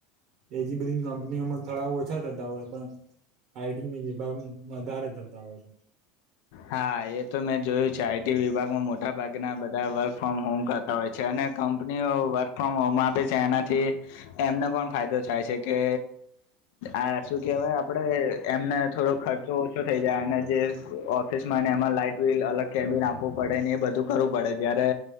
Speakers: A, on the right; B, on the left.
A: એજી બંગ કંપનીઓમાં થોડા ઓછા થતા હોય પણ આઈટંગની વિભાગ વધારે થતા હોય છે.
B: હા એ તો મેં જોયું છે આઈટી વિભાગમાં મોટા ભાગના બધા વર્ક ફ્રોમ હોમ કરતા હોય છે અને કંપનીઓ વર્ક ફ્રોમ હોમ આપે છે, એનાથી એમને પણ ફાયદો થાય છે કે આ શું કેહેવાય આપડે એમને થોડો ખર્ચો ઓછો થઇ જાય અને જે ઓફિસ માં ને એમાં લાઈટ બિલ અલગ કેબિન આપવું પડે ને એ બધું કરવું પડે જયારે